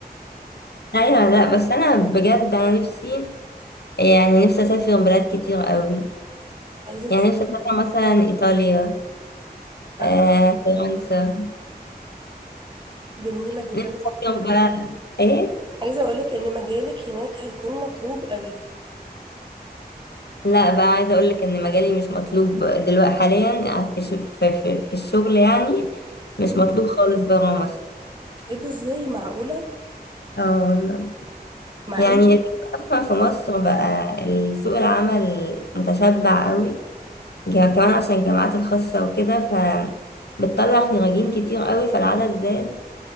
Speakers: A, on the left; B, on the right.
A: ايوه لا بس انا بجد انا نفسي يعني نفسي اسافر بلاد كتير قوي
B: <laughs> عايزة تسافري
A: يعني نفسي اسافر
B: فين مثلا؟
A: مثلا ايطاليا
B: اها
A: آه فرنسا
B: جميلة جدا
A: نفسي أفهم بقى ايه
B: وعايزة اقولك ان مجالك هناك هيكون مطلوب اوي
A: لا بقى عايزه اقول لك ان مجالي مش مطلوب دلوقتي حاليا في, ش... في, في, في الشغل يعني مش
B: مم.
A: مطلوب خالص بره مصر
B: ايه ده ازاي معقولة
A: اه والله
B: مع
A: يعني
B: ان
A: الفكرة اصلا في مصر بقى سوق العمل متشبع قوي جا- كمان عشان الجامعات الخاصه وكده ف بتطلع خريجين كتير قوي فالعدد زاد